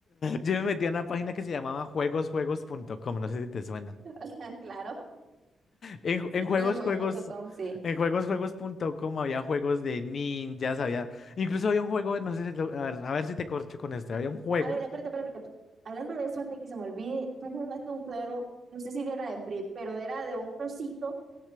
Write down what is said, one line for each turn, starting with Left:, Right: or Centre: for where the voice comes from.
Left: Yo me metí a una página que se llamaba juegosjuegos.com. No sé si te suena.
Right: <laughs> Claro,
Left: En, ju- en juegos,
Right: lejuego.com,
Left: juegos...
Right: sí.
Left: En juegosjuegos.com había juegos de ninjas, había... Incluso había un juego, no sé, si lo- a ver, a ver si te corcho con este. Había un juego...
Right: A ver, espérate, espérate, espérate. Hablando de eso, antes que se me olvide, tú jugaste un juego, no sé si era de Free, pero era de un cosito,